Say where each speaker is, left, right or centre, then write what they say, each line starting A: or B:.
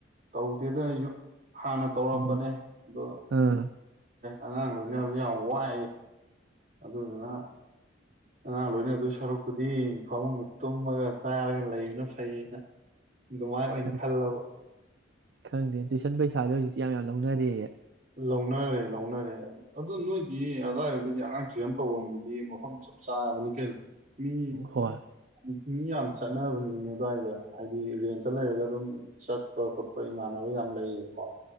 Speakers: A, on the right; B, on the right.
A: ꯇꯧꯗꯦꯗ ꯑꯩꯖꯨ ꯍꯥꯟꯅ ꯇꯧꯔꯝꯕꯅꯦ
B: ꯎꯝ
A: ꯑꯗꯣ
B: ꯑꯥ
A: ꯑꯉꯥꯡ ꯂꯣꯏꯅꯕꯖꯦ ꯌꯥꯝ ꯋꯥꯏꯌꯦ꯫ ꯑꯗꯨꯗꯨꯅ ꯑꯉꯥꯡ ꯂꯣꯏꯅ ꯗꯣꯏ ꯁꯔꯨꯛꯄꯨꯗꯤ ꯐꯃꯨꯡꯗ ꯇꯨꯝꯃꯒ ꯆꯥꯔꯒ ꯂꯩꯕꯅ ꯐꯩꯌꯦꯅ ꯑꯗꯨꯃꯥꯏ ꯑꯣꯏ
B: ꯈꯪ-
A: ꯈꯜꯂꯕ꯫
B: ꯈꯪꯗꯦ ꯇꯨꯏꯁꯟ ꯄꯩꯁꯥꯥꯖꯦ ꯍꯧꯖꯤꯛꯇꯤ ꯌꯥꯝ ꯌꯥꯝ ꯂꯧꯅꯔꯦꯌꯦ꯫
A: ꯂꯧꯅꯔꯦ ꯂꯧꯅꯔꯦ ꯑꯗꯨ ꯅꯣꯏꯗꯤ ꯑꯗꯋꯥꯏꯗꯗꯤ ꯑꯉꯥꯡ ꯇꯨꯏꯁꯟ ꯇꯧꯐꯝꯒꯤꯗꯤ ꯃꯐꯝ ꯆꯞ ꯆꯥꯔꯕꯅꯤ ꯀꯩꯅꯣ꯫ ꯃꯤ
B: ꯍꯣꯏ
A: ꯎꯝ꯫ ꯃꯤ ꯌꯥꯝ ꯆꯠꯅꯕꯅꯤꯅꯦ ꯑꯗꯨꯋꯥꯏꯗ ꯍꯥꯏꯗꯤ ꯔꯦꯟꯇ ꯂꯩꯔꯒ ꯑꯗꯨꯝ ꯆꯠꯄ ꯈꯣꯠꯄ ꯏꯃꯥꯟꯅꯕ ꯌꯥꯝ ꯂꯩꯌꯦꯕꯀꯣ꯫